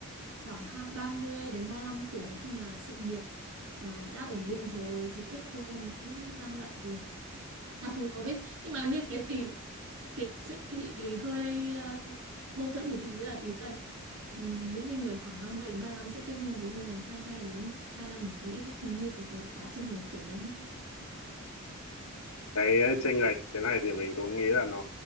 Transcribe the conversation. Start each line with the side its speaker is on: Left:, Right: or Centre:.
Right: khoảng ha- 30 đến 35 tuổi khi mà sự nghiệp ờ, đã ổn định rồi thì kết hôn cũng mang lại À, phù hợp ấy nhưng mà như thế thì kiểu sẽ bị hơi ờ, mâu thuẫn một tí là ý là ừm, những cái người khoảng 30 đến ba lăm sẽ kết hôn với người 22 đến hai lăm nghĩ như thế có quá trình lệch tuổi lắm ấy.
Left: cái chênh lệch thế này thì mình cũng nghĩ là nó